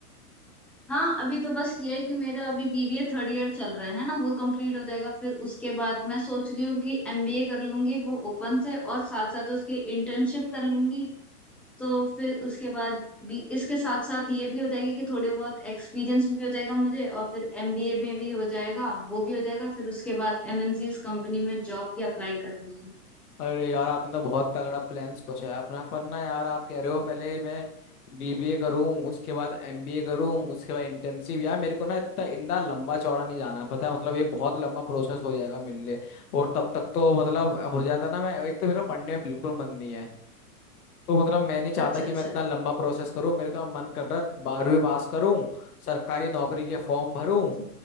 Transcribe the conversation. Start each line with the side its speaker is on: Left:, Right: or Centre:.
Centre: हाँ अभी तो बस ये है कि मेरा अभी बीबीए थर्ड ईयर चल रहा है ना वो कंप्लीट हो जाएगा फिर उसके बाद मैं सोच रही हूँ कि एमबीए कर लूंगी वो ओपन से और साथ साथ उसकी इंटर्नशिप कर लूंगी तो फिर उसके बाद भी इसके साथ साथ ये भी हो जाएगी कि थोड़े बहुत एक्सपीरियंस भी हो जाएगा मुझे और फिर एमबीए में भी हो जाएगा वो भी हो जाएगा फिर उसके बाद एमएनसीज कंपनी में जॉब भी अप्लाई करनी है
Left: अरे यार आपने तो बहुत तगड़ा प्लान सोचा है अपना पर ना यार आप कह रहे हो पहले मैं बीबीए करूं उसके बाद एमबीए करूं उसके बाद इंटर्नशिप यार मेरे को ना इतना इंदा लंबा चौड़ा नहीं जाना पता है मतलब ये बहुत लंबा प्रोसेस हो जाएगा मेरे लिए और तब तक तो मतलब हो जाता ना मैं एक तो मेरा पढ़ने में बिल्कुल मन नहीं है तो मतलब मैं नहीं चाहता
Centre: अच्छा
Left: कि
Centre: अच्छा
Left: मैं इतना लंबा प्रोसेस करूं मेरे का मन कर रहा है बारहवीं पास करूं सरकारी नौकरी के फॉर्म भरूं
Centre: अच्छा